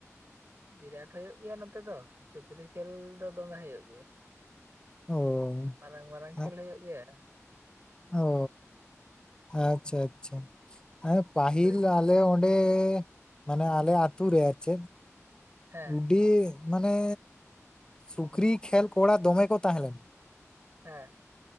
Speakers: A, on the right; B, on the left.
A: ᱵᱤᱨᱟᱴ ᱦᱩᱭᱩᱜ ᱜᱮᱭᱟ ᱱᱚᱛᱮ ᱫᱚ ᱥᱩᱠᱨᱤ ᱠᱷᱮᱞ ᱫᱚ ᱫᱚᱢᱮ ᱦᱩᱭᱩᱜ ᱜᱮᱭᱟ᱾
B: ᱚ
A: ᱢᱟᱨᱟᱝ ᱢᱟᱨᱟᱝ
B: ᱟ-
A: ᱠᱷᱮᱞ ᱦᱩᱭᱩᱜ ᱜᱮᱭᱟ᱾
B: ᱚ ᱟᱪᱪᱷᱟ ᱟᱪᱪᱷᱟ, ᱯᱟᱦᱤᱞ
A: ᱥᱩᱠᱨᱤ ᱠᱷᱮᱞ
B: ᱟ ᱟᱞᱮ ᱚᱸᱰᱮ ᱢᱟᱱᱮ ᱟᱞᱮ ᱟᱹᱛᱩ ᱨᱮ ᱟᱨ ᱪᱮᱫ
A: ᱦᱮᱸ
B: ᱟᱹᱰᱤ ᱢᱟᱱᱮ ᱥᱩᱠᱨᱤ ᱠᱷᱮᱞ ᱠᱚᱲᱟ ᱫᱚᱢᱮ ᱠᱚ ᱛᱟᱦᱮᱸ ᱞᱮᱱᱟ᱾
A: ᱦᱮᱸ